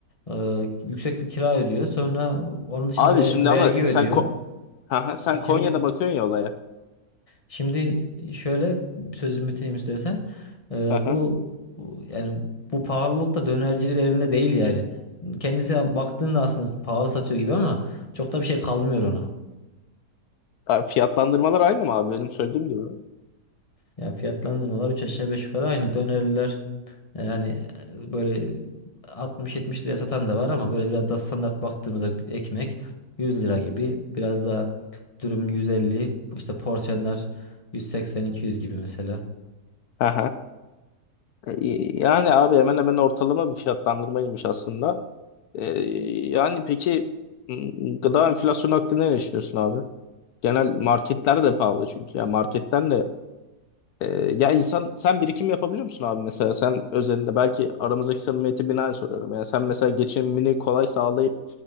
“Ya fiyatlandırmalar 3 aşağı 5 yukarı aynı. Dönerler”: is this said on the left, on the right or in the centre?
Left